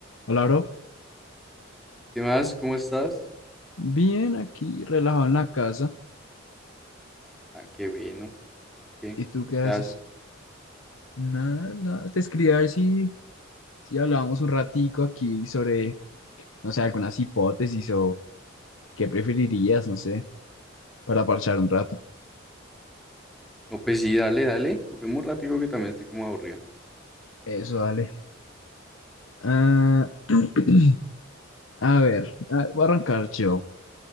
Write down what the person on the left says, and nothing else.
Hola, bro.
Bien, aquí relajado en la casa.
¿Y tú qué
haces?
Nada, nada. Te escribí a ver si, si hablábamos un ratico aquí sobre, no sé, algunas hipótesis o qué preferirías, no sé, para parchar un rato.
Eso, dale. Ah, <clears throat> a ver, a ver, voy a arrancar yo.